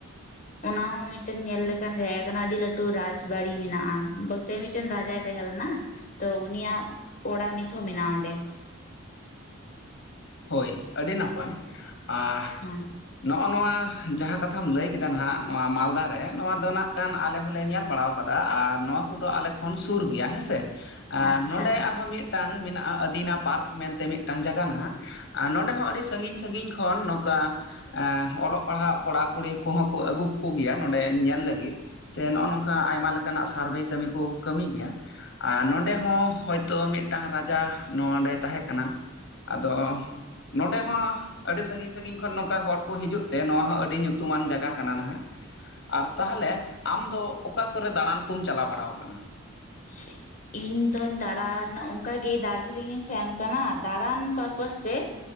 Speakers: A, on the left; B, on the left.
A: ᱚᱱᱟ ᱦᱚᱸ ᱢᱤᱫᱴᱮᱱ ᱧᱮᱞ ᱞᱮᱠᱟᱱ ᱡᱟᱭᱜᱟ ᱠᱟᱱᱟ ᱟᱹᱰᱤ ᱞᱟᱹᱴᱩ ᱨᱟᱡᱽᱵᱲᱤ ᱢᱮᱱᱟᱜᱼᱟ᱾ ᱵᱚᱞᱛᱮ ᱢᱤᱫᱴᱟᱝ ᱢᱤᱫᱴᱮᱱ ᱨᱟᱡᱟᱭ ᱛᱟᱦᱮᱸ ᱞᱮᱱᱟ, ᱛᱚ ᱩᱱᱤᱭᱟᱜ ᱚᱲᱟᱜ ᱱᱤᱛ ᱦᱚᱸ ᱢᱮᱱᱟᱜᱼᱟ ᱚᱸᱰᱮ᱾
B: ᱦᱳᱭ, ᱟᱹᱰᱤ ᱱᱟᱯᱟᱭ, ᱟᱨ
A: ᱦᱮᱸ᱾
B: ᱱᱚᱜᱼᱚᱭ ᱱᱚᱣᱟ ᱡᱟᱦᱟᱸ ᱠᱟᱛᱷᱟᱢ ᱞᱟᱹᱭ ᱠᱮᱫᱟ, ᱱᱟᱦᱟᱜ ᱱᱚᱣᱟ ᱢᱟᱞᱫᱟ ᱨᱮ ᱱᱚᱣᱟ ᱫᱚ ᱱᱟᱜ ᱜᱟᱱ ᱟᱞᱮ ᱦᱚᱸᱞᱮ ᱧᱮᱞ ᱵᱟᱲᱟᱣ ᱟᱠᱟ ᱠᱟᱫᱟ ᱟᱨ ᱱᱚᱣᱟ ᱠᱚᱫᱚ ᱟᱞᱮ ᱠᱷᱚᱱ ᱥᱩᱨ ᱜᱮᱭᱟ ᱦᱮᱸᱥᱮ᱾ ᱟᱨ
A: ᱟᱪᱪᱷᱟ
B: ᱱᱚᱸᱰᱮ ᱟᱨᱦᱚᱸ ᱢᱤᱫᱴᱟᱝ ᱢᱮᱱᱟᱜᱼᱟ, ᱟᱹᱫᱤᱱᱟ ᱯᱟᱨᱠ ᱢᱮᱱᱛᱮ ᱢᱤᱫᱴᱟᱝ ᱡᱟᱭᱜᱟ ᱱᱟᱦᱟᱜ ᱟᱨ ᱱᱚᱸᱰᱮ ᱦᱚᱸ ᱟᱹᱰᱤ ᱥᱟᱺᱜᱤᱧ ᱥᱟᱺᱜᱤᱧ ᱠᱷᱚᱱ ᱱᱚᱝᱠᱟ ᱚᱞᱚᱜ ᱯᱟᱲᱦᱟᱜ ᱠᱚᱲᱟ-ᱠᱩᱲᱤ ᱠᱚᱦᱚᱸ ᱠᱚ ᱟᱹᱜᱩ ᱠᱚ ᱜᱮᱭᱟ, ᱱᱚᱸᱰᱮ ᱧᱮᱞ ᱞᱟᱹᱜᱤᱫ᱾ ᱥᱮ ᱱᱚᱜᱼᱚᱭ ᱱᱚᱝᱠᱟ ᱟᱭᱢᱟ ᱞᱮᱠᱟᱱᱟᱜ ᱥᱟᱨᱵᱷᱮ ᱠᱟᱹᱢᱤ ᱠᱚ ᱠᱟᱹᱢᱤ ᱜᱮᱭᱟ᱾ ᱟᱨ ᱱᱚᱰᱮ ᱦᱚᱸ ᱦᱚᱭᱛᱳ ᱢᱤᱫᱴᱟᱝ ᱨᱟᱡᱟ ᱱᱚᱰᱮᱭ ᱛᱟᱦᱮᱸ ᱠᱟᱱᱟ? ᱟᱫᱚ ᱱᱚᱸᱰᱮ ᱦᱚᱸ ᱟᱹᱰᱤ ᱥᱟᱺᱜᱤᱧ ᱥᱟᱺᱜᱤᱧ ᱠᱷᱚᱱ ᱱᱚᱝᱠᱟ ᱦᱚᱲ ᱠᱚ ᱦᱤᱡᱩᱜ ᱛᱮ, ᱱᱚᱣᱟ ᱦᱚᱸ ᱟᱹᱰᱤ ᱧᱩᱛᱩᱢᱟᱱ ᱡᱟᱭᱜᱟ ᱠᱟᱱᱟ ᱱᱟᱦᱟᱜ᱾ ᱟᱨ ᱛᱟᱦᱚᱞᱮ ᱟᱢ ᱫᱚ ᱚᱠᱟ ᱠᱚᱨᱮ ᱫᱟᱬᱟᱱ ᱠᱚᱢ ᱪᱟᱞᱟᱣ ᱵᱟᱲᱟ ᱟᱠᱟᱱᱟ?
A: <inaudible> ᱤᱧᱫᱚᱧ ᱫᱟᱬᱟᱱ ᱚᱱᱠᱟ ᱜᱤ ᱫᱟᱨᱡᱤᱞᱤᱝ ᱤᱧ ᱥᱮᱱ ᱟᱠᱟᱱᱟ, ᱫᱟᱬᱟᱱ ᱯᱟᱨᱯᱟᱥ ᱛᱮ᱾